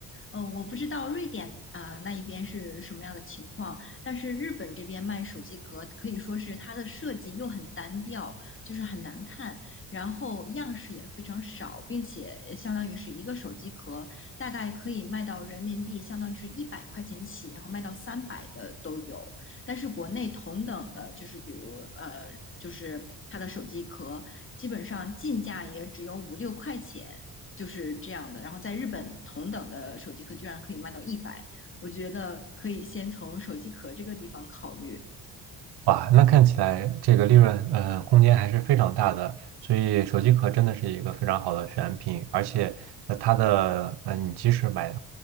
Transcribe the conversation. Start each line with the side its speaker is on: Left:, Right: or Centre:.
Left: 呃，我不知道瑞典啊、呃那一边是什么样的情况，但是日本这边卖手机壳可以说是它的设计又很单调，就是很难看，然后样式也非常少，并且相当于是一个手机壳大概可以卖到人民币相当于是一百块钱起，然后卖到三百的都有。但是国内同等的，就是比如呃，就是它的手机壳，基本上进价也只有五六块钱，就是这样的。然后在日本，同等的手机壳居然可以卖到一百，我觉得可以先从手机壳这个地方考虑。
Right: 哇，那看起来这个利润呃空间还是非常大的，所以手机壳真的是一个非常好的选品，而且呃它的呃你即使买